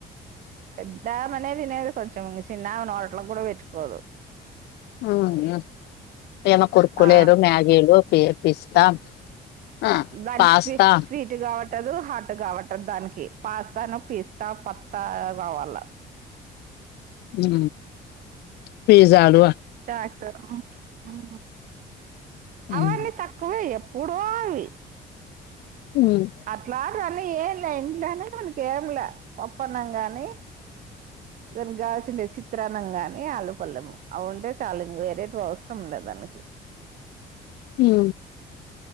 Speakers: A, on the right; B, on the left.
A: పెద్దా అమెనే తినేది కొంచెం ఇగ చిన్నామె నోట్లోకూడా పెట్టుకోదు
B: అవునా ఏమ కుర్కురేలు
A: ఆ
B: మ్యాగిలు పి పిస్తా ఆ
A: దానికి
B: పాస్తా
A: స్వీ స్వీట్ కాబట్టి ట్ హార్ట్ గా పట్టా దానికి పాస్తాను పిస్తా పత్తా కావాలా
B: హు పిజ్జా ఆలు
A: <unintelligible>
B: ఉమ్
A: అవన్నీ తక్కువే ఎ వుడోయి
B: ఉమ్
A: అట్లా కాని ఏం లే ఇంట్లోనే మనకి ఏం లే పప్పన్నం కాగానీ దాని కి కావలిసింది చి చిత్రాన్నం కాని ఆలు పల్లెము అవింటే చాలా ఇంగ వేరేటివి అవసరం ఉండదు దానికి
B: హు